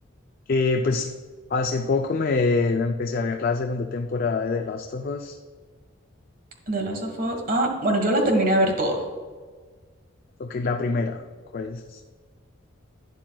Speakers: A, on the left; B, on the right.
A: Eh, pues hace poco me empecé a ver la segunda temporada de The Last of Us,
B: The Last of Us. Ah, bueno, yo la terminé de ver todo.
A: o que la primera, ¿cuál es?